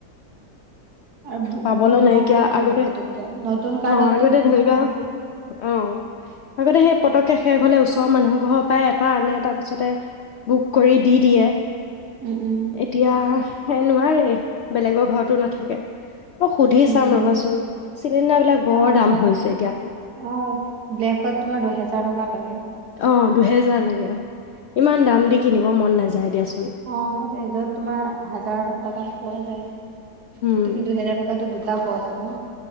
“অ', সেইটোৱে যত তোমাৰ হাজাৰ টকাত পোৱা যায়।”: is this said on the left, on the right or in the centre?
Right